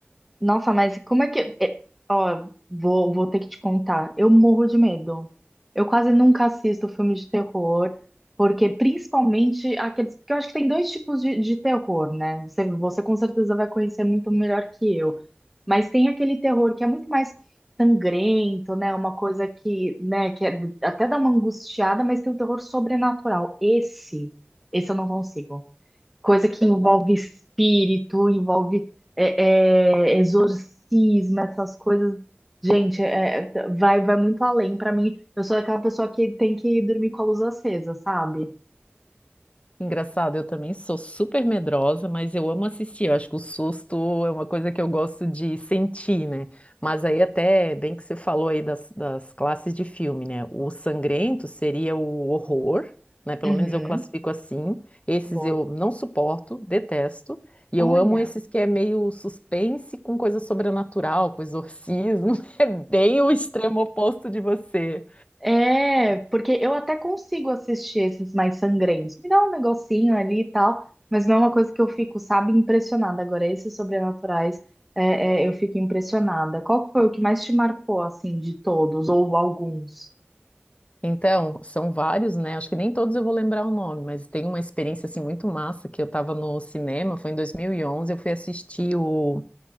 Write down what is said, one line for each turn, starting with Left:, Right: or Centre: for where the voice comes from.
Centre: Nossa, mas como é que. é- Ó, vou, vou ter que te contar. Eu morro de medo. Eu quase nunca assisto filme de terror, porque principalmente aqueles. Porque eu acho que tem dois tipos de, de terror, né? Você, você com certeza vai conhecer muito melhor que eu. Mas tem aquele terror que é muito mais sangrento, né? Uma coisa que, né, que é- até dá uma angustiada, mas tem o terror sobrenatural. Esse, esse eu não consigo coisa que envolve espírito, envolve é, é, exorcismo, essas coisas. Gente, é, é, vai, vai muito além. Pra mim, eu sou aquela pessoa que tem que dormir com a luz acesa, sabe?
Left: Engraçado, eu também sou super medrosa, mas eu amo assistir. Eu acho que o susto é uma coisa que eu gosto de sentir, né? Mas aí até bem que você falou aí das, das classes de filme, né? O sangrento seria o horror, né? Pelo
Centre: Uhum.
Left: menos eu classifico assim. Esses
Centre: Boa.
Left: eu não suporto, detesto. E
Centre: Olha,
Left: eu amo esses que é meio suspense com coisa sobrenatural, com exorcismo. <laughs> É bem o extremo oposto de você.
Centre: É, porque eu até consigo assistir esses mais sangrentos. Me dá um negocinho ali e tal, mas não é uma coisa que eu fico, sabe, impressionada. Agora, esses sobrenaturais, é, é, eu fico impressionada. Qual que foi o que mais te marcou, assim, de todos, ou alguns?
Left: Então, são vários, né? Acho que nem todos eu vou lembrar o nome, mas tem uma experiência assim muito massa que eu tava no cinema, foi em 2011 eu fui assistir o